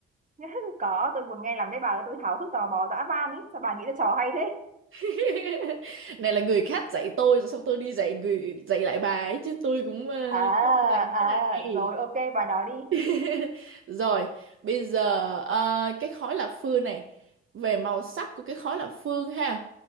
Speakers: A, on the right; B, on the right.
A: <laughs> Có, tôi muốn nghe làm đấy bà ơi, tôi háo hức tò mò dã man ấy. Sao bà nghĩ ra trò hay thế?
B: <laughs> Này là người khác dạy tôi rồi xong tôi đi dạy người dạy lại bà ấy chứ tôi cũng ờ,
A: À,
B: không có dành
A: à,
B: cái này.
A: rồi ok, bà nói đi.
B: <laughs> Rồi, bây giờ ờ, cái khói lập phương này về màu sắc của cái khói lập phương ha.